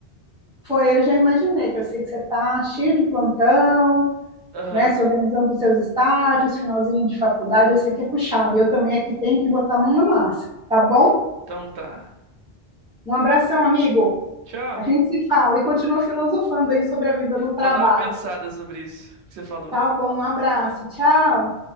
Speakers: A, in the centre; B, on the right (about 80°).
A: Foi, eu já imaginei, que eu sei que você está cheio de plantão,
B: Aham.
A: né, se organizando para os seus estágios, finalzinho de faculdade, eu sei que é puxado. E eu também aqui tenho que botar a mão na massa, tá bom?
B: Então tá.
A: Um abração, amigo.
B: Tchau.
A: A gente se fala e continua filosofando aí sobre a vida no trabalho.
B: Vou dar uma pensada sobre isso que você falou.
A: Tá bom, um abraço. Tchau.